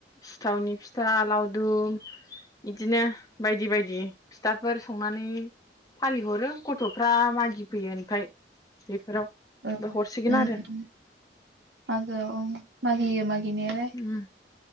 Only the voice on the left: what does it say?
सिथावनि फिथा लावदुम बिदिनो बायदि बायदि फिथाफोर संनानै फालिहरो गथ'फ्रा मागि फैयो ओमफ्राय बेफोराव।
बा हरसिगोन
आरो
उम